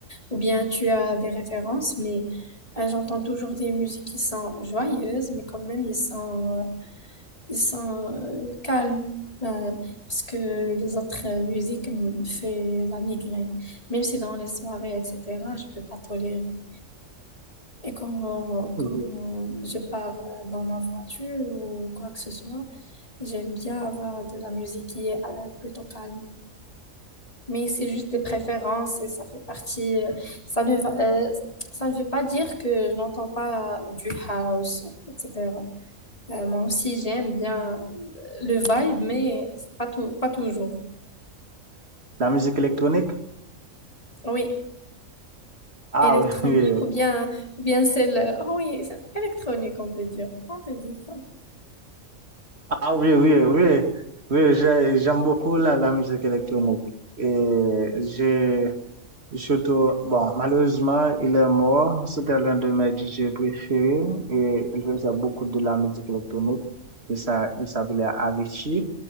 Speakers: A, on the left (about 25°); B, on the right (about 50°).
A: ou bien tu as des références, mais euh, j'entends toujours des musiques qui sont joyeuses, mais quand même, ils sont, ils sont euh, calmes. Euh, parce que les autres euh, musiques me font la migraine. Même si dans les soirées, etc., je peux pas tolérer. Et comme,
B: Oui.
A: comme je pars euh, dans ma voiture ou quoi que ce soit, j'aime bien avoir de la musique qui est euh, plutôt calme. Mais c'est juste des préférences et ça fait partie. euh, Ça ne va, euh, ça ne veut pas dire que je n'entends pas du house, etc. Euh, moi aussi, j'aime bien euh, le vibe, mais c'est pas tout, pas toujours.
B: La musique électronique?
A: Oui,
B: Ah
A: électronique
B: oui, oui.
A: ou bien, ou bien celle. euh, Oh oui, c'est électronique, on peut dire. On peut dire ça.
B: Ah oui, oui, oui. Oui, j'ai- j'aime beaucoup la, la musique électronique. Et j'ai surtout, bon, malheureusement, il est mort. C'était l'un de mes DJ préférés et il faisait beaucoup de la musique électronique. Et ça, il s'appelait Avicii.